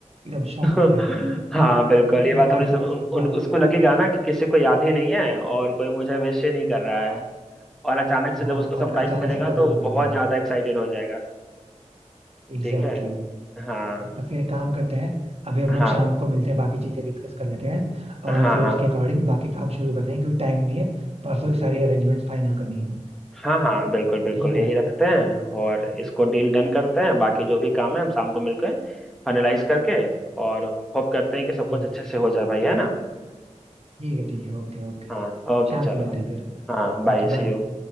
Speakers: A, on the right; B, in the centre.
A: एकदम शॉक हो
B: हाँ
A: जाए कि
B: बिल्कुल
A: इतनी
B: ये
A: बड़ी
B: बात
A: पार्टी
B: हमने सब,
A: कैसे क्या
B: उन,
A: हो
B: उसको
A: गया
B: लगेगा ना कि किसी को याद ही नहीं है और कोई मुझे विश ही नहीं कर रहा है और अचानक से
A: हाँ
B: जब उसको
A: और
B: सरप्राइज
A: अचानक
B: मिलेगा
A: से हम लोग
B: तो
A: बूम
B: वो
A: कर
B: बहुत
A: देंगे
B: ज्यादा एक्साइटेड हो जाएगा
A: Exactly
B: ठीक है
A: exactly.
B: हाँ
A: तो फिर एक काम करते हैं अभी हम लोग
B: हाँ
A: शाम को मिलते हैं बाकी चीजें डिस्कस कर लेते हैं
B: हाँ
A: और फिर
B: हाँ
A: उसके अकॉर्डिंग बाकी काम शुरू करते हैं क्योंकि टाइम नहीं है परसों ही सारी अरेंजमेंट फाइनल करनी है
B: हाँ हाँ बिल्कुल बिल्कुल
A: ठीक है
B: यही
A: ना
B: रखते हैं और इसको डील डन करते हैं बाकी जो भी काम है हम शाम को मिलकर फाइनलाइज करके और होप करते हैं कि सब
A: ठीक
B: कुछ अच्छे से हो जाए भाई है ना
A: ठीक है ठीक है ओके ओके
B: हाँ ओके
A: शाम
B: चलो
A: को मिलते हैं फिर
B: हाँ बाय
A: Okay
B: सी
A: bye
B: यू